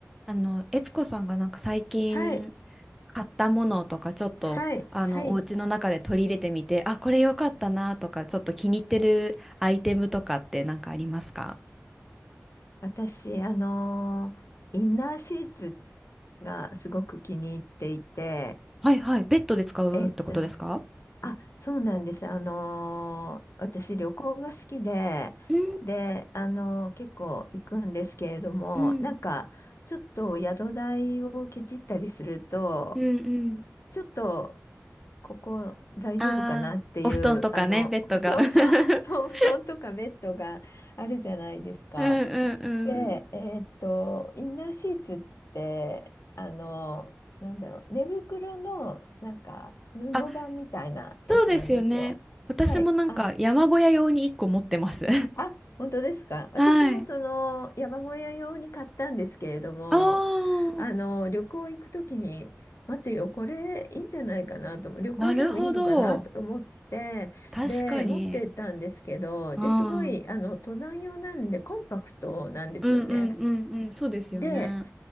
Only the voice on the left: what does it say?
はい、
はい、はい。
私、あのーインナーシーツがすごく気に入っていて、
えっと、あ、そうなんです。あのー私、旅行が好きで、
で、あのー結構行くんですけれども、
なんか、ちょっと宿代をケチったりすると、
ちょっと、ここ大丈夫かなっていう、
あの、
そうそう、
そう、布団とかベッドがあるじゃないですか。
で、えーっと、インナーシーツって、あの、なんだろう、寝袋の、なんか、布版みたいなやつなんですよ。
はい。あ、あ、本当ですか。私もその、
山小屋用に買ったんですけれども、
あの、旅行行くときに、待ってよ、これいいんじゃないかなと思う、旅行でもいいのかなと思って、
で、持ってったんですけど、
で、
すごい、あの、登山用なんで、コンパクトなんですよね。
で、